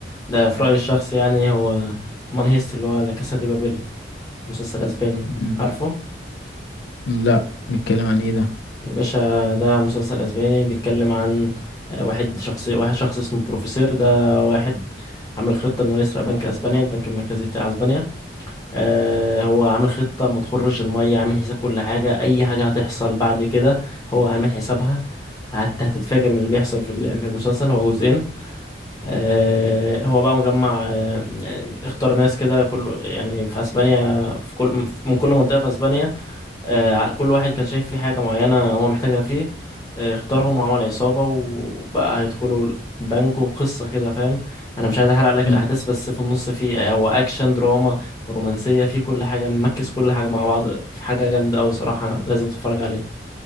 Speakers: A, on the left (about 20°); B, on the left (about 70°).
A: ده في رأيي الشخصي يعني هو مون هيست اللي هو لا كاسا دي بابيل مسلسل اسباني
B: مم.
A: عارفه
B: مم، لا بيتكلم عن ايه ده
A: يا باشا ده مسلسل اسباني بيتكلم عن آه، واحد شخص واحد شخص اسمه بروفيسور ده واحد عامل خطة انه يسرق بنك اسبانيا البنك المركزي بتاع اسبانيا آه هو عامل خطة ما تخرش المية عامل حساب كل حاجة اي حاجة هتحصل بعد كده هو عامل حسابها هت- هتتفاجئ من اللي بيحصل في ال- في المسلسل هو جزئين آه، هو بقى مجمع آه، اختار ناس كده كل يعني في اسبانيا في كل من كل منطقة في اسبانيا آه، كل واحد كان شايف فيه حاجة معينة هو محتاجها فيه آه، اختارهم وعمل عصابة وبقى هيدخلوا البنك وقصة كده فاهم انا مش عايز احرق لك الاحداث
B: مم.
A: بس في النص فيه هو اكشن دراما رومانسية فيه كل حاجة ممكس كل حاجة مع بعض في حاجة جامدة اوي صراحة لازم تتفرج عليها